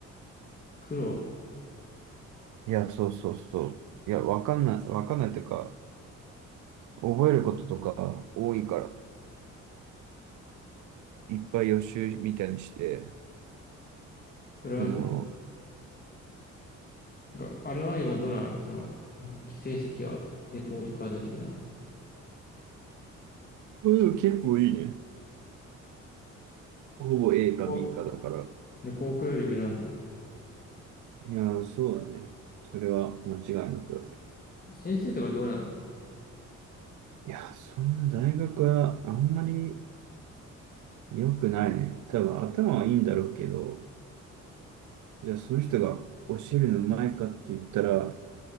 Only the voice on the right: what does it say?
いや、そうそうそう。いや、わかんない、わかんないっていうか、覚えることとか多いから、いっぱい予習みたいにして、
その、
うん結構いいね。ほぼ A か
B かだから。
いやー、そうだね。それは間違いなく。
いやー、そんな大学はあんまり良くないね。多分頭はいいんだろうけど、じゃあその人が教えるのうまいかって言ったら、